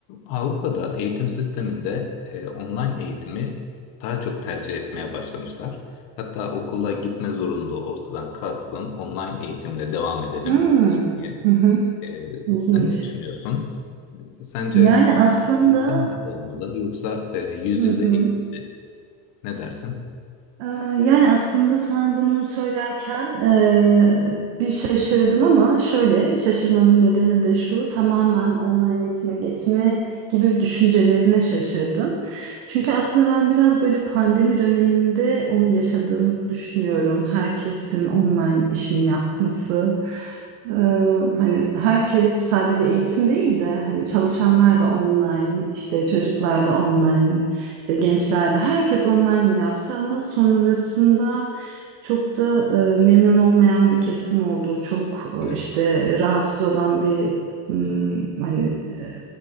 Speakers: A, on the left; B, on the right.
A: Avrupa'da eğitim sisteminde e, online eğitimi daha çok tercih etmeye başlamışlar. Hatta okula gitme zorunluluğu ortadan kalksın, online eğitimle devam edelim
B: Hmm.
A: diye.
B: Hı hı.
A: E,
B: İlginç.
A: sen ne düşünüyorsun? E, Sence
B: Yani aslında
A: eğitim mi olmalı yoksa e, yüz
B: Hı
A: yüze
B: hı.
A: eğitim mi? Ne dersin?
B: Ee, Yani aslında sen bunu söylerken eee, bir şaşırdım ama şöyle şaşırmamın nedeni de şu tamamen online eğitime geçme gibi düşüncelerine şaşırdım. Çünkü aslında ben biraz böyle pandemi döneminde onu yaşadığımızı düşünüyorum. Herkesin online işini yapması. Ee, hani herkes sadece eğitim değil de hani çalışanlar da online, işte çocuklar da online işte gençlerde herkes online yaptı ama sonrasında çok da e, memnun olmayan bir kesim oldu. Çok
A: Evet.
B: e, işte rahatsız olan bir hmm, hani e,